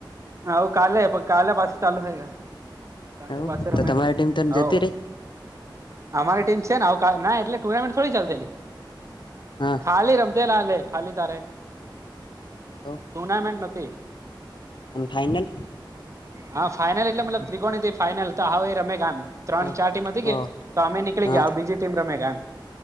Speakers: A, on the right (about 40°); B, on the left (about 75°).
A: હઉ કાલે કાલે પાછી ચાલુ થય ગા કાલે
B: એવું
A: પાછું
B: તો
A: રમાય
B: તમારી ટીમ તો
A: ના
B: જતી
A: હઓ
B: રહી
A: અમારી ટીમ છે ને આવકા ના એટલે ટુર્નામેન્ટ થોડી ચાલતીલી
B: હા
A: ખાલી રમજે લા લે ખાલી તારે
B: હઓ
A: ટુર્નામેન્ટ નથી
B: ફાઈનલ.
A: હા ફાઈનલ એટલે મતલબ ત્રિકોણી થી ફાઈનલ તો હાઓ એ રમેગા ત્રણ
B: હ
A: ચાર ટીમ હતી
B: હ
A: કે તો અમે નીકળી
B: હા
A: ગ્યા બીજી ટીમ રમે ગમેગા